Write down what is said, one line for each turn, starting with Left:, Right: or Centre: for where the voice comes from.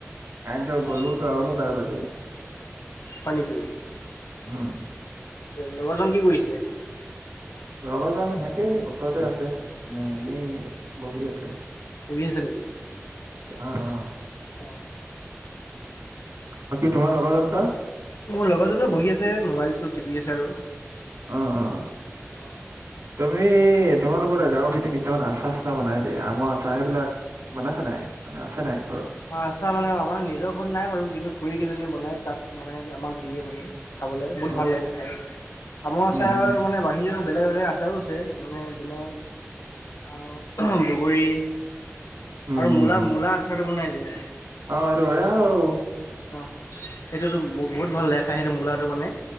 Right: কাৰেণ্টৰ গ'লেও
Left: অঁ
Right: গৰমতে বাৰ বাজিজাই।
Left: হয় নেকি,
Right: উম
Left: লগৰজন কি কৰিছে?
Right: লগৰ জন সেনেকেই ওছৰতে আছে মানে এনেই বহি আছে।
Left: পঢ়ি আছে নেকি?
Right: অ অ
Left: অঁ
Right: বাকী তোমাৰ লগৰজন কা?
Left: মোৰ লগৰজনেও বহি আছে মোবাইলটো টিপি আছে আৰু,
Right: অ অ অ
Left: অঁ
Right: তুমি তোমালোকৰ গাঁৱৰ পিঠি কিছুমান আচাৰ চাচাৰ বনাই যে আমৰ আচাৰ সেইবিলাক, বনাইছে নাই মানে আছে নাই ঘৰত?
Left: আচচা মানে আমাৰ নিজৰ ঘৰত নাই বাৰু কিন্তু খুৰী কিজনে বনাই তাত মানে আমাক দিয়ে মানে। খাবলে বহুত
Right: অ
Left: ভাল লাগে খাই আমৰ
Right: উম
Left: আছাৰ
Right: উম
Left: মানে বাহিৰেও, বেলেগ বেলেগ আচাৰো আছে যেনে যেনে আউ বগৰী।
Right: উম
Left: আৰু
Right: উম
Left: মূলা
Right: উম
Left: মূলা আচাৰটো বনাই যে,
Right: অ হেইটো এয়াও
Left: অ সেইটোতো ব বহুত ভাল লাগে খাই সেইটো মূলাটো মানে।